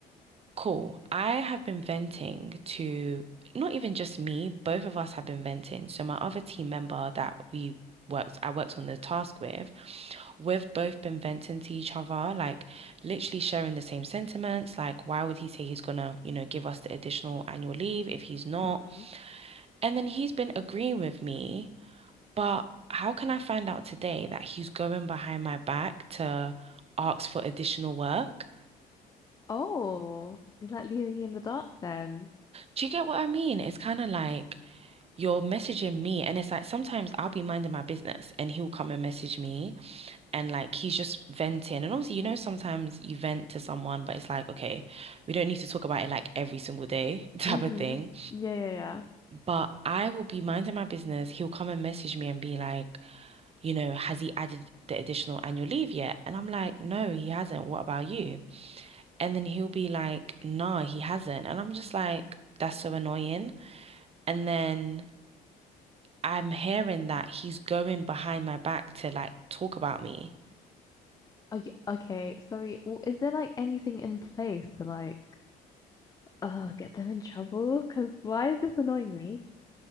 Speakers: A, on the right; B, on the left.
A: Cool. I have been venting to not even just me, both of us have been venting. So my other team member that we worked, I worked on the task with, we've both been venting to each other, like literally sharing the same sentiments. Like, why would he say he's gonna, you know, give us the additional annual leave if he's not?
B: Mm-hmm.
A: And then he's been agreeing with me But how can I find out today that he's going behind my back to ask for additional work?
B: Oh, is that leaving you in the dark then?
A: Do you get what I mean? It's kind of like you're messaging me, and it's like sometimes I'll be minding my business and he'll come and message me, and like he's just venting. And obviously, you know, sometimes you vent to someone, but it's like, okay, we don't need to talk about it like every single day <laughs> type
B: Mm-hmm.
A: of thing.
B: Yeah, yeah, yeah.
A: But I will be minding my business. He'll come and message me and be like, you know, has he added the additional annual leave yet? And I'm like, no, he hasn't. What about you? And then he'll be like, nah, he hasn't. And I'm just like, that's so annoying. And then I'm hearing that he's going behind my back to like talk about me.
B: Are you, okay, sorry. Well, is there like anything in place to like uh get them in trouble? Because why is this annoying me?